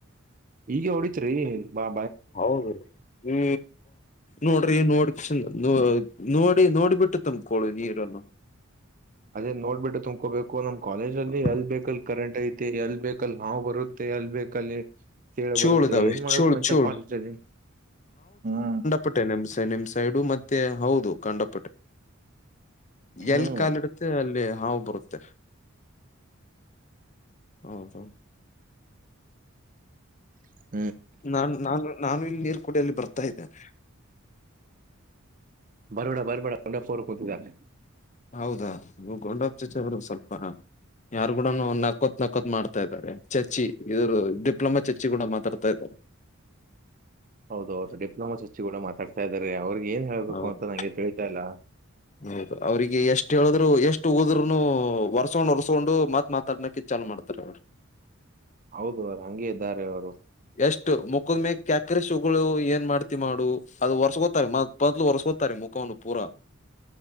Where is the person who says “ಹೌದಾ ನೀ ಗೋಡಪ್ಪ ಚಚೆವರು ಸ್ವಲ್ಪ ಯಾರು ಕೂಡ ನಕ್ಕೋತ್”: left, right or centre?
Left